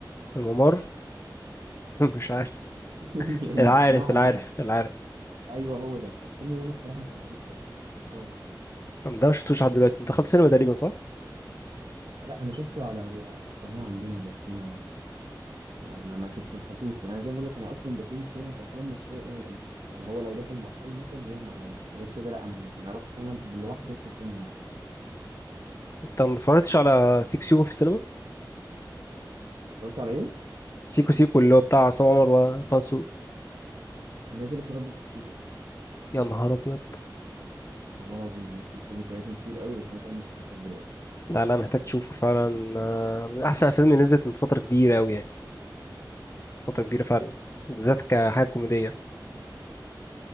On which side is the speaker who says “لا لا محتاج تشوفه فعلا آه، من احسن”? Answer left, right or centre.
Left